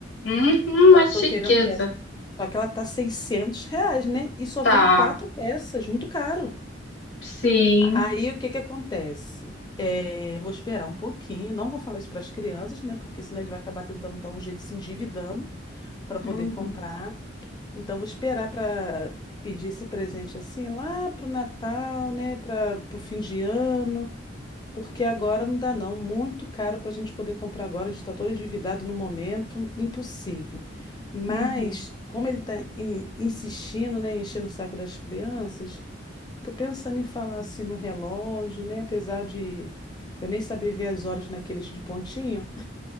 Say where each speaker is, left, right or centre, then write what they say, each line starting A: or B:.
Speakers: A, on the left (about 65°); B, on the left (about 20°).
A: Uhum,
B: Então,
A: uma
B: eu
A: chiqueza.
B: tô querendo dessa. Só que ela tá 600 reais, né? E só
A: Tá.
B: vem quatro peças, muito caro.
A: Sim.
B: Aí o que que acontece? Eh, vou esperar um pouquinho, não vou falar isso para as crianças, né? Porque senão ele vai acabar tentando dar um jeito de se endividando para poder
A: Uhum,
B: comprar. Então vou esperar para pedir esse presente assim lá pro Natal, né? Para o fim de ano. Porque agora não dá, não. Muito caro para a gente poder comprar agora. A gente está todo endividado no momento, impossível. Mas,
A: uhum.
B: como ele está insistindo, né, enchendo o saco das crianças, estou pensando em falar assim no relógio, né? Apesar de eu nem saber ver as horas naquele de pontinho.